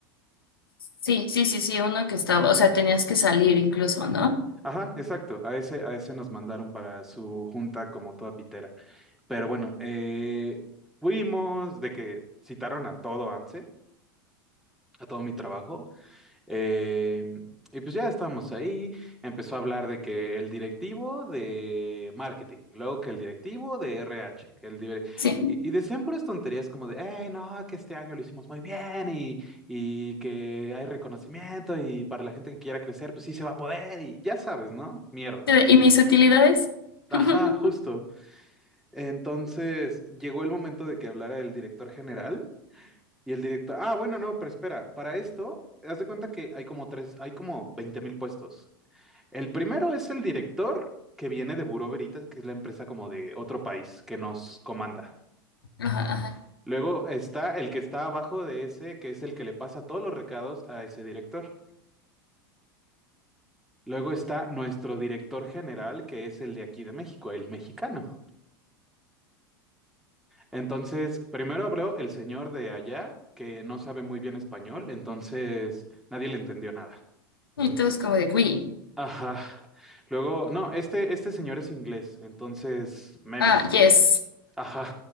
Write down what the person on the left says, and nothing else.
Sí, sí, sí, sí, uno que estaba, o sea, tenías que salir incluso, ¿no?
Sí.
¿Y mis utilidades?
<laughs>
Ajá, ajá.
Y todos como de, oui,
ah, yes,